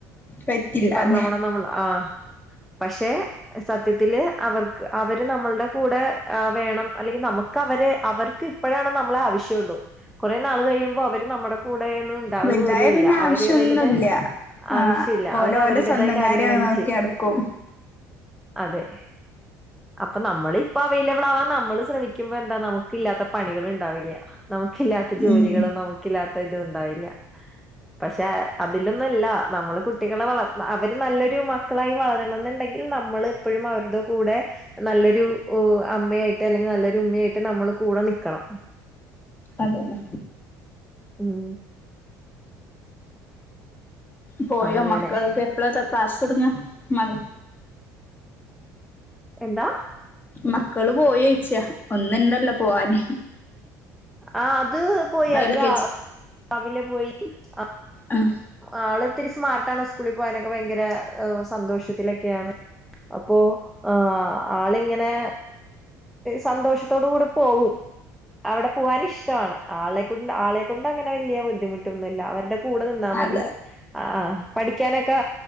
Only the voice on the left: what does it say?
പറ്റില്ല
അതെ.
വലുതായ
പിന്നെ ആവശ്യൊന്നുല്ല
ആഹ്
ഓലെ
ഓലെ സ്വന്തം
കാര്യം
നോക്കി
നടക്കും
ഉം
അത് തന്നെ
പോയോ
മക്കളൊക്കെ എപ്പഴാ ക്ലാസ്സ്‌ തുടങ്ങുക മക
മക്കള് പോയോ ചോയിച്ചതാ ഒന്നൊണ്ടല്ലോ പോവാന്
എൽ
കെ
ജി
ആഹ്
അത